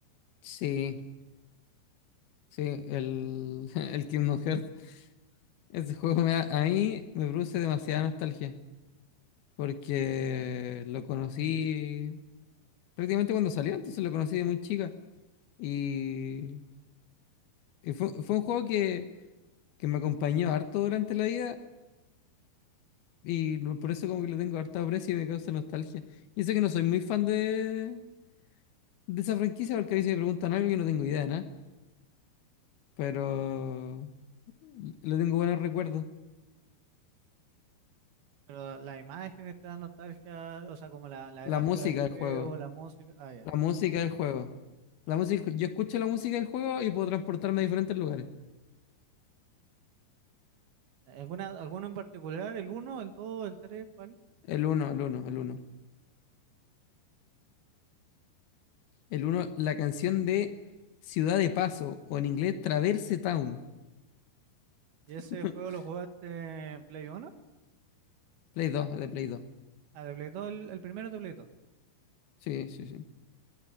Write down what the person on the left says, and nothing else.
Sí, sí, el, <laughs> el Kingdom Hearts. Ese juego me da- a mí me produce demasiada nostalgia, porque lo conocí prácticamente cuando salió, entonces lo conocí de muy chica. Y, y fue, fue un juego que, que me acompañó harto durante la vida Y no- por eso como que le tengo harta aprecio y me causa nostalgia. Y sé que no soy muy fan de, de esa franquicia porque a veces me preguntan algo y no tengo idea de nada. Pero le tengo buenos recuerdos.
La
música
del juego.
La música del juego. La música, yo escucho la música del juego y puedo transportarme a diferentes lugares.
El uno el uno el uno El uno la canción de Ciudad de Paso, o en inglés Traverse Town.
<laughs>
Play 2, de Play 2.
Sí, sí, sí.